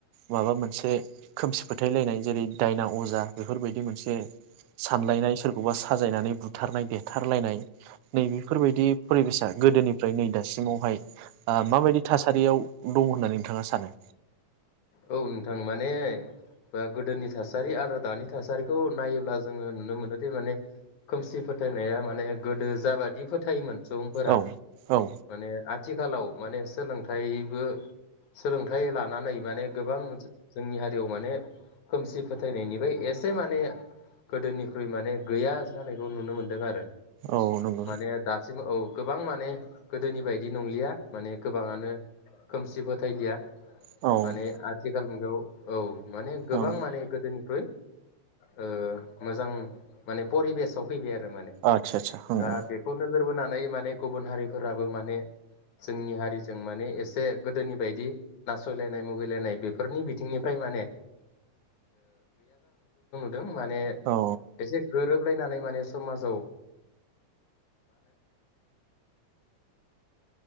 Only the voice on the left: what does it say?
औ नोंथां माने बा गोदोनि थासारि आरो दानि थासारिखौ नायोब्ला जोङो नुनो मोनोदि माने खोमसि फोथायनाया माने गोदो जाबादि फोथायोमोन। सुबुंफोरा
माने आथ थिखालाव माने सोलोंथायबो सोलोंथाइ लानानै मान गोबां जोंनि हारियाव माने खोमसि फोथायनायनिफ्राय एसे माने गोदोनिख्रुइ माने गैया जानायखौ नुनो मोन दों आरो
माने दासिम औ। गोबां माने गोदोनि बायदि नंलिया माने गोबाङानो खोमसि फोथायलिया
माने आथिखाल मुगायाव औ माने गोबां
माने गोदोनिरख्रुइ ओ मोजां माने परिबेसाव फैबाय आरो माने
दा बेखौ नोजोर बोनानै माने गुबुन हारिफोराबो माने जोंनि हारिजों माने एसे गोदोनि बायदि नासयलायनाय मुगैलायनाय। बेफोरनि बिथिंनिफ्राय माने दों माने
एसे गोरोब लायनानै माने समाजाव